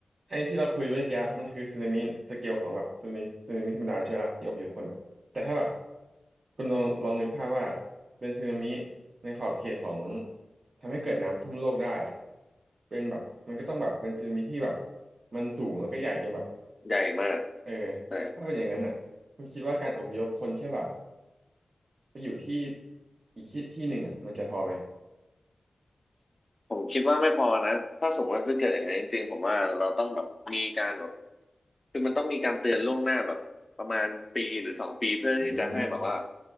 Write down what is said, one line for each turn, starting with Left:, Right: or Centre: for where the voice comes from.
Right: ไอ้ที่เราคุยเมื่อกี้มันคือสึนามิสเกลของแบบสึนามิสึนามิธรรมดาใช่ไหมล่ะที่อพยพคนอ่ะแต่ถ้าแบบคุณลองลองนึกภาพว่าเป็นสึนามิในขอบเขตของทำให้เกิดน้ำท่วมโลกได้อ่ะเป็นแบบมันก็ต้องแบบเป็นสึนามิที่แบบมันสูงแล้วก็ใหญ่จนแบบ
Left: ใหญ่มาก
Right: เออ
Left: ใช่
Right: ถ้าเป็นอย่างนั้นอ่ะคุณคิดว่าการอพยพคนแค่แบบไปอยู่ที่อีกที่ที่หนึ่งอ่ะมันจะพอไหม
Left: ผมคิดว่าไม่พอนะถ้าสมมติว่าจะเกิดอย่างนั้นจริงๆผมว่าเราต้องแบบมีการแบบคือมันต้องมีการเตือนล่วงหน้าแบบประมาณปีหรือสองปีเพื่อที่จะให้แบบว่า
Right: อืม